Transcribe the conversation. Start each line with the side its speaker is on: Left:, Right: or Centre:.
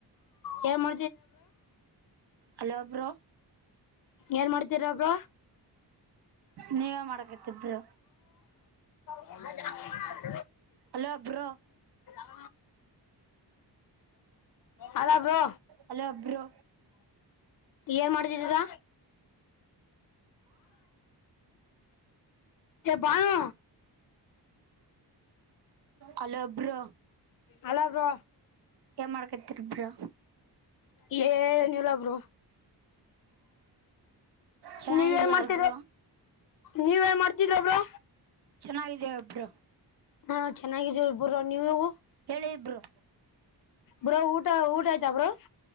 Left: ಯಾರ ಮ
Right: <inaudible> ಹಲೋ ಬ್ರೋ
Left: ಏನ್ ಮಾಡ್ತೀರಬ್ರ
Right: ನೀವೇ ಮಾಡಕತಿದರು
Left: ಹ
Right: hello bro
Left: <inaudible> hello bro
Right: hello bro
Left: ಏನ್ ಮಾಡಿದಿದ್ದೀರಾ Banu
Right: <inaudible> hello bro
Left: hello bro
Right: ಏ ಮಾಡ್ಕೈತಿರಿಬ್ರಾ
Left: ಏನಲ್ಲಬ್ರು
Right: ಚೆನ್ನಾಗಿದೀಯ
Left: ನೀವ ನ್ ಮಾಡ್ತಿದರ
Right: ಬ್ರೋ
Left: ನೀವೇನ್ ಮಾಡುತ್ತೀರಾ ಬ್ರೋ
Right: ಅ ಇದೆ ಬ್ರೋ
Left: ಹಾ ಚೆನ್ನಾಗಿದೀ ಬ್ರೋ ನೀವು
Right: ಹೇಳಿ ಬ್ರೋ
Left: ಬ್ರೋ ಊಟ ಊಟ ಆತ ಬ್ರೋ